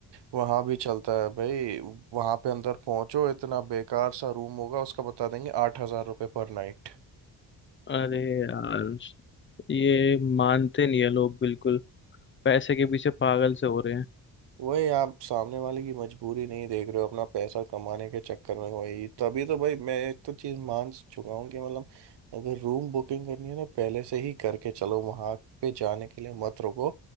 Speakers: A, on the right; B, on the left.
A: वहां भी चलता है भाई वहां पे अंदर पहुंचो इतना बेकार सा रूम होगा उसका बता देंगे आठ हजार रुपये पर नाइट
B: अरे यार ये मानते नहीं है लोग बिल्कुल पैसे के पीछे पागल से हो रहे हैं
A: वही आप सामने वाले की मजबूरी नहीं देख रहे हो अपना पैसा कमाने के चक्कर में वही तभी तो भाई मैं एक तो चीज मान चुका हूँ कि मतलब अगर रूम बुकिंग करनी है ना पहले से ही करके चलो वहां पे जाने के लिए मत रुको